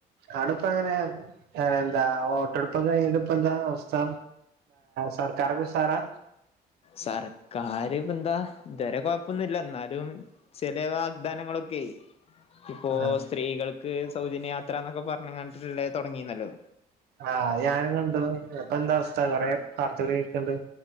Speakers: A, on the right (about 70°); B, on the left (about 35°).
A: അടപങ്ങനെ എന്താ വോട്ടെ പ്പൊക്കെ കഴിഞ്ഞിട്ട്പ്പന്താ അവസ്ഥ സർക്കാരൊക്കെ ഉഷാറാ
B: സർക്കാര് പന്താ ഇത് വരെ കൊഴപ്പൊന്നുല്ല ന്നാലും ചെലോ വാഗ് ദാനം ങ്ങളൊക്കെയ്. ഇപ്പോ
A: ആ,
B: സ്ത്രീകൾക്ക് സൗജന്യയാത്ര എന്നൊക്കെ പർഞ്ഞ്ങ്ങാണ്ട്ള്ളത് തൊട്ങ്ങീന്നല്ലോ?
A: ആഹ് അത്‌ ഞാനും കണ്ടു ഇപ്പൊ എന്താ അവസ്ഥ കൊറെേ വർത്തകള്ക്കെണ്ട്.